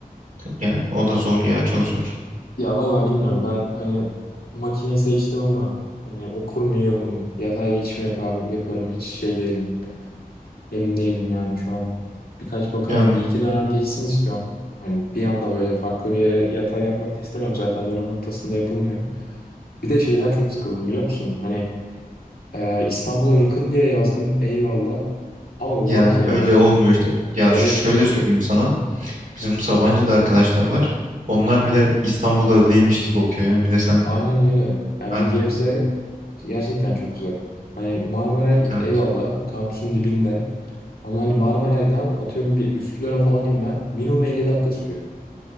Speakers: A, on the right; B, on the left.
A: Yani o da zor ya çok zor.
B: Ya vallahi bilmiyorum ben hani makineyi seçtim ama hani okur muyum, yatay geçiş mi yapar, yaparım hiç şey değilim. Emin değilim yani şu an. Birkaç bakalım
A: Ya
B: bir iki dönem geçsin istiyorum. Hani bir anda böyle farklı bir yere yatay yapmak da istemem zaten dönem ortasında yapılmıyor. Bir de şeyden çok sıkıldım biliyor musun? Hani Ee, İstanbul'a yakın diye yazdım. Eyvallah. Ama uzak
A: Ya
B: ya.
A: öyle olmuyor işte. Ya
B: Evet.
A: şöyle söyleyeyim sana. Bizim Sabancı'da arkadaşlar var. Onlar
B: Hı hı.
A: bile İstanbul'da değilmiş gibi okuyor yani. Bir de sen
B: Aynen öyle. Ya
A: aynen
B: bir de Gebze gerçekten çok uzak. Hani Marmaray
A: evet.
B: eyvallah kampüsün dibinde. Ama hani Marmaray'dan atıyorum bir Üsküdar'a falan inmen minimum 50 dakika sürüyor.